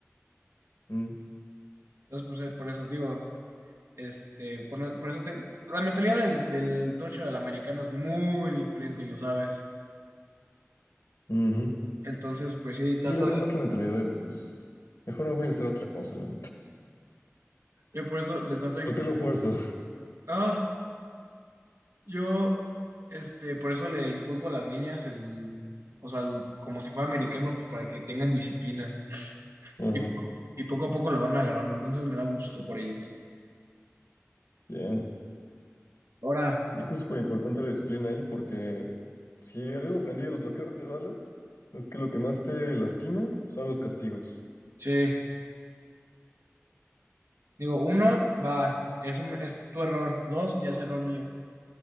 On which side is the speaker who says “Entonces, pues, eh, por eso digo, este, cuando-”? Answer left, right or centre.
Right